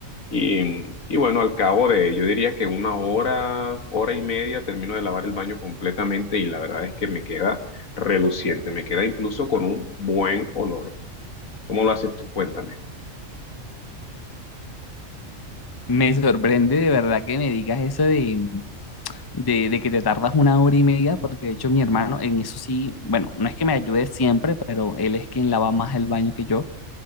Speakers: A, on the left; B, on the left.
A: y, y bueno, al cabo de, yo diría que una hora, hora y media termino de lavar el baño completamente y la verdad es que me queda reluciente, me queda incluso con un buen olor. ¿Cómo lo haces tú? Cuéntame.
B: Me sorprende de verdad que me digas eso de, de, de que te tardas una hora y media, porque de hecho mi hermano en eso sí, bueno, no es que me ayude siempre, pero él es quien lava más el baño que yo,